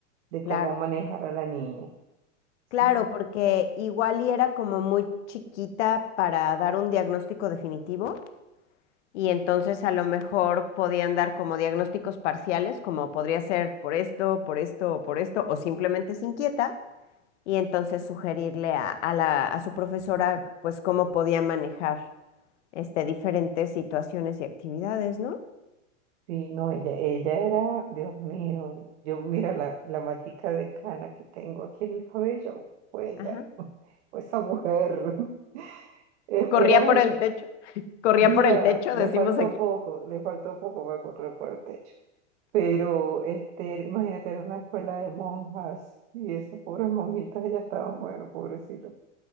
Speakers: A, on the right; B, on the left.
A: de
B: Claro,
A: cómo manejar a la niña. Sí.
B: claro, porque igual y era como muy chiquita para dar un diagnóstico definitivo y entonces a lo mejor podían dar como diagnósticos parciales, como podría ser por esto, por esto o por esto, o simplemente es inquieta. y entonces sugerirle a, a la, a su profesora pues cómo podía manejar este, diferentes situaciones y actividades, ¿no?
A: Sí, no, ella, ella era, Dios mío, yo mira la, la matica de cana que tengo aquí en el cabello, fue ella,
B: Ajá.
A: <laughs> fue esa mujer, <laughs> e-
B: Corría
A: era una,
B: por el techo, corría
A: mira,
B: por el techo,
A: le
B: decimos
A: faltó
B: aquí.
A: poco, le faltó poco para correr por el techo, pero este, era- imagínate, era una escuela de monjas y esas pobres monjitas ya estaban, bueno, pobrecitos,